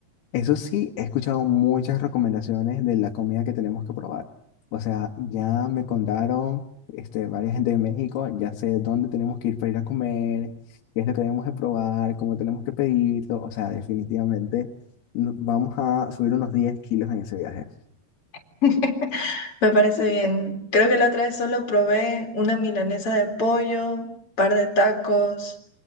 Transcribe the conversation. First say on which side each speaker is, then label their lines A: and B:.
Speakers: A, on the left; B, on the left.
A: eso sí, he escuchado muchas recomendaciones de la comida que tenemos que probar. O sea, ya me contaron, este, varias gente de México, ya sé dónde tenemos que ir para ir a comer, qué es lo que debemos de probar, cómo tenemos que pedirlo. O sea, definitivamente no- vamos a subir unos diez kilos en ese viaje.
B: <laughs> Me parece bien. Creo que la otra vez solo probé una milanesa de pollo, par de tacos,